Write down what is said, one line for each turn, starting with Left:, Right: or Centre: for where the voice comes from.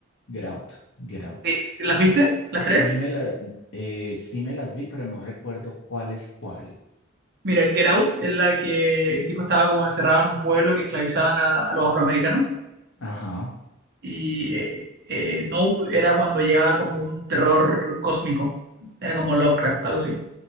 Left: Get Out, Get Out.
Right: Eh, ¿Las viste? ¿Las tres?
Left: Sí me, la- eh, sí me las vi, pero no recuerdo cuál es cuál.
Right: Mira, Get Out es la que el tipo estaba como encerrado en un pueblo que esclavizaban a, a los afroamericanos.
Left: Ajá.
Right: Y eh, eh, Nope era cuando llegaba como un terror cósmico. Era como Lovecraft, algo así.